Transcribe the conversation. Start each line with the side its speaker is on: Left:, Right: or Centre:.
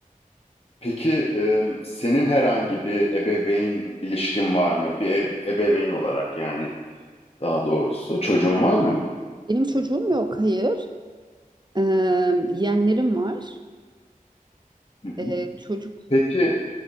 Left: peki em, senin herhangi bir ebeveyn ilişkin var mı? Bir ev, ebeveyn olarak yani daha doğrusu. Çocuğun var mı?
Right: Benim çocuğum yok, hayır. Ee, yeğenlerim var.
Left: Hı hı.
Right: Ee, çocuk
Left: Peki